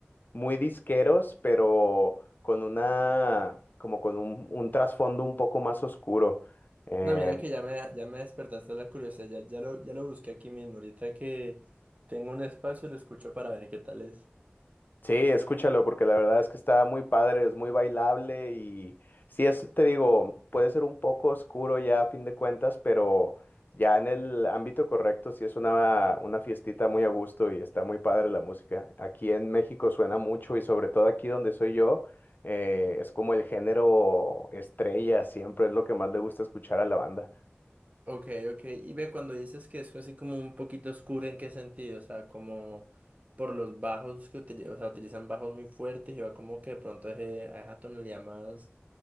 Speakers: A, on the left (about 50°); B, on the right (about 35°).
A: muy disqueros, pero con una, como con un, un trasfondo un poco más oscuro. Em,
B: No, mira que ya me, ya me despertaste la curiosidad, ya, ya lo, ya lo busqué aquí mismo, ahorita que tengo un espacio lo escucho para ver qué tal es.
A: Sí, escúchalo, porque la verdad es que está muy padre, es muy bailable y sí es, te digo, puede ser un poco oscuro ya a fin de cuentas, pero ya en el ámbito correcto sí es una, una fiestita muy a gusto y está muy padre la música. Aquí en México suena mucho y sobre todo aquí donde soy yo, eh, es como el género estrella, siempre es lo que más le gusta escuchar a la banda.
B: Ok, ok, y ve cuando dices que es así como un poquito oscuro, ¿en qué sentido? O sea, como por los bajos que utilizan, o sea, utilizan bajos muy fuertes y va como que de pronto es, eh, a esa tonalidad más,